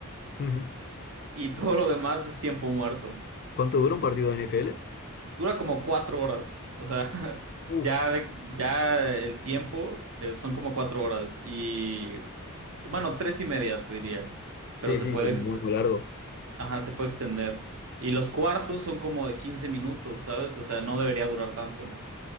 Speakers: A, on the left (about 45°); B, on the right (about 65°).
A: Ujú.
B: y todo lo demás es tiempo muerto.
A: ¿Cuánto dura un partido de NFL?
B: Dura como 4 horas, o sea, <laughs>
A: Uf.
B: ya, de- ya el tiempo eh, son como 4 horas y, bueno, tres y media te diría,
A: Sí,
B: pero se
A: sí,
B: puede...
A: es muy, muy largo.
B: Ajá, se puede extender. Y los cuartos son como de 15 minutos, ¿sabes? O sea, no debería durar tanto.